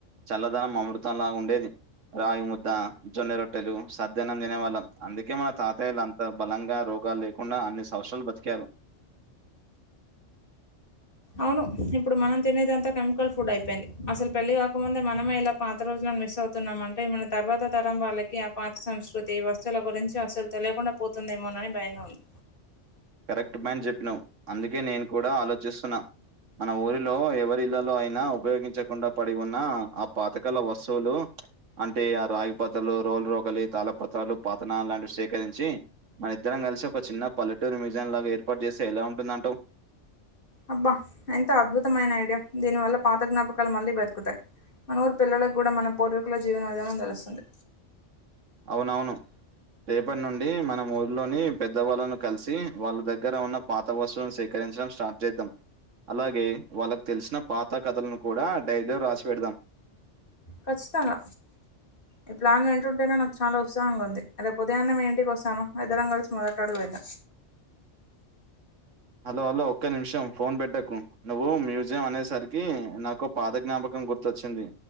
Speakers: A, on the right (about 85°); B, on the left (about 45°).
A: చల్లదనం అమృతంలా ఉండేది రాగి ముద్దా జొన్నె రొట్టెలూ సద్దెన్నం దినేవాళ్ళం అందుకే మన తాతయలం బలంగా రోగాల్లేకుండా అన్ని సవస్రాల్ బతిక్యారు
B: ఔను ఇప్పుడు మనం తినేదంతా కెమికల్ ఫుడ్ ఐపోయింది అసల్ పెళ్లి గాకముందే మనమే ఇలా పాత రోజుల మిస్ అవుతున్నాం అంటే మన తర్వాత తరం వాళ్ళకీ ఆ పాత సంస్కృతి వస్తువుల గురించి అస్సలు తెలియకుండా పోతుం తుందేమోనని బయంగా ఉంది
A: కరెక్ట్ పాయింట్ జెప్పినవ్ అందుకే నేన్ కూడా ఆలోచిస్తున్నా మన ఊరిలో ఎవరిళ్లలో ఐనా ఉపయోగించకుండ పడి ఉన్నా ఆ పాతకాల వస్తువులూ అంటే ఆ రాగి పతలూ రోలు రోకలీ తాళ పత్రాలు పాతనానలంటివి సేకరించీ మనిద్దరం గల్సి ఒక చిన్న పల్లెటూరి మ్యూజియం లాగ ఏర్పాట్ జేస్తే ఎలా ఉంటుందంటవ్
B: అబ్బా ఎంత అద్భుతమైన ఐడియా దీని వల్ల పాత జ్ఞాపకాల్ మళ్ళీ బతుకుతాయ్ మన ఊర్ పిల్లలగూడ మన పూర్వీకుల జీవన విధానం దెలుస్తుంది
A: ఔనవును రేపట్నుండీ మనం ఊర్లోనీ పెద్దవాళ్ళను కల్సీ వాళ్ళ దగ్గర ఉన్న పాత వస్తువులను సేక రించడం స్టార్ట్ జేద్దం అలాగే వాళ్ళక్ తెల్సిన పాత కథలను కూడా డైరీలో రాసి పెడ్దాం
B: కచ్చితంగ ఈ ప్లాన్ వింటుంటేనే నాకు చాలా ఉత్సాహంగా ఉంది రేప్ ఉదయాన్నే మీ ఇంటికొస్తాను ఇద్దరం గల్సి మొదట అడుగు వేద్దాం
A: హలో హలో ఒక్క నిమిషం ఫోన్ బెట్టకూ నువ్వూ మ్యూజియం అనేసరికీ నాకో పాద జ్ఞాపకం గుర్తొచ్చిందీ